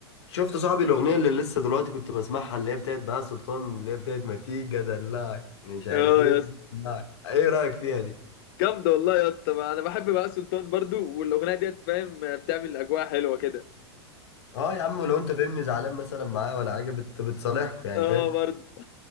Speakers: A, on the left; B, on the left.
A: شفت صاحبي الاغنيه اللي لسه دلوقتي كنت بسمعها اللي هي بتاعت بقى سلطان اللي هي بتاعت ما تيجي ادلعك مش عارف
B: اه
A: ايه
B: يا اسطى
A: أدلعك. ايه رايك فيها دي
B: جامده والله يا اسطى ما انا بحب بقى سلطان برضو والاغنيه ديت فاهم بتعمل اجواء حلوه كده
A: اه يا عم ولو انت فاهمني زعلان مثلا معاه ولا حاجه بت... بتصالحكوا يعني
B: اه
A: فاهم
B: برضو